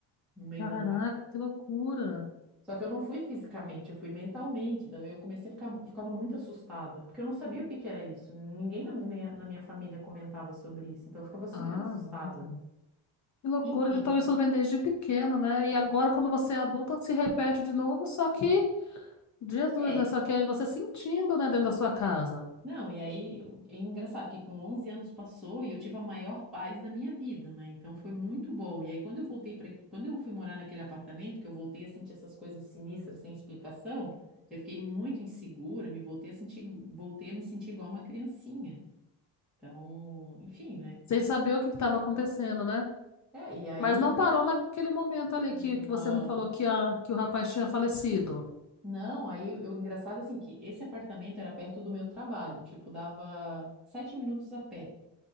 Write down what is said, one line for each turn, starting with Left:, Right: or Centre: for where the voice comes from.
Centre: no meio
Left: Caraca,
Centre: da noite.
Left: que loucura!
Centre: Só que eu não fui fisicamente, eu fui mentalmente. Então eu comecei a ficar, eu ficava muito assustada, porque eu não sabia o que que era isso. Ninguém na minha, na minha família comentava sobre isso, então eu ficava super
Left: Ah,
Centre: assustada.
Left: nossa. Que loucura,
Centre: Enfim.
Left: então isso vem desde pequena, né? E agora, quando você é adulta, se repete de novo, só que, Jesus,
Centre: É.
Left: né? Só que aí você sentindo, né, dentro da sua casa.
Centre: Não, e aí eu- é engraçado que com 11 anos passou e eu tive a maior paz da minha vida, né? Então foi muito bom. E aí quando eu voltei para, quando eu fui morar naquele apartamento, que eu voltei a sentir essas coisas sinistras sem explicação, eu fiquei muito insegura, me voltei a sentir, voltei a me sentir igual uma criancinha. Então, enfim, né?
Left: sem saber o que estava acontecendo, né?
Centre: É, e aí,
Left: Mas não parou naquele momento ali
Centre: não,
Left: que, que você me falou que, a, que o rapaz tinha falecido.
Centre: não, aí eu, engraçado assim, que esse apartamento era perto do meu trabalho, tipo, dava sete minutos a pé.